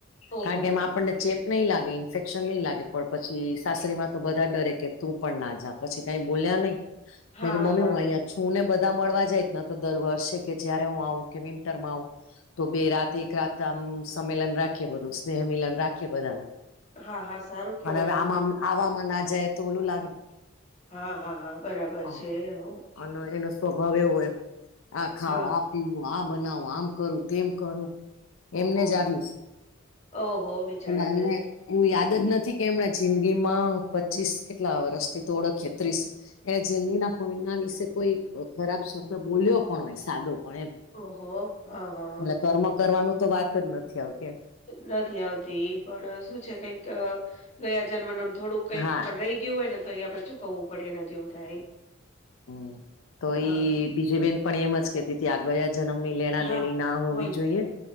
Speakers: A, on the left (about 35°); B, on the left (about 80°).
A: ઓહો
B: કારણ કે એમાં આપણને ચેપ નઈ લાગે ઇન્ફેક્શન નહી લાગે પણ પછી સાસરી માં તો બધા ડરે કે તું પણ ના જા પછી કઈ બોલ્યા નહી.
A: હા
B: મે તો મમ્મી
A: હા
B: હું અયા છું ને બધા મળવા જાય જ તો દર વર્ષે કે જયારે હું આવું કે વિન્ટરમાં આવ તો બે રાતે એક રાતમ સંમેલન રાખીએ બધું સ્નેહમિલન રાખીએ બધાનું.
A: હા હા સારું કેવાય
B: અને હવે આમાં આવામાં ના જાય તો ઓલું લાગે
A: હા-હા-હા બરાબર
B: હા,
A: છે હો.
B: અને એનો સ્વભાવ એવો હોય આ ખાવ
A: હા
B: આ પી આ બનાવો આમ કરું તેમ કરો.
A: ઓહો
B: એમને જ આવ્યું
A: ઓહો બિચારાને
B: એ અમે એ યાદ જ નથી કે એમણે જિંદગીમાં પચીસ કેટલા વરસથી તો ઓળખીએ ત્રીસ એ જિંદનીના કોઈના વિશે કોઈ ખરાબ શબ્દ બોલ્યો પણ હોય સાદો પણ એમ- - એટલે
A: ઓહો હા હા
B: કર્મ કરવાનું તો વાત જ નથી આવતી.
A: નથી આવતી પણ શું છે કઈક ગયા જન્મનું થોડુંક કંઈક
B: હા
A: પણ રહી રહી ગયું હોય ને તો અયા આપડે ચુકવવું પડે એના જેવું થાય.
B: હમ્મ તો
A: હા.
B: ઈ બીજી બેનપણી એમ જ કેતી હતી આ ગયા જન્મની લેણા
A: હા
B: દેણી ના હોવી
A: હોય.
B: જોઈએ